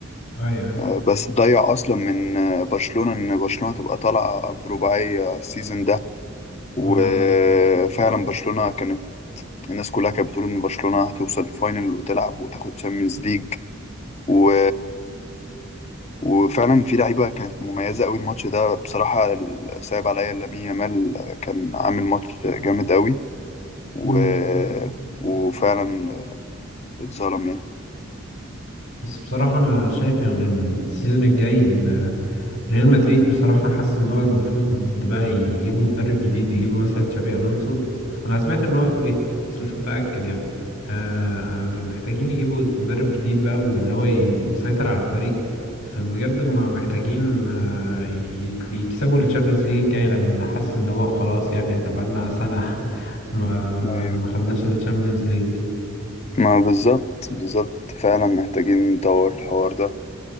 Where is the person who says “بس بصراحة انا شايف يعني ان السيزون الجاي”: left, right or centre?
Left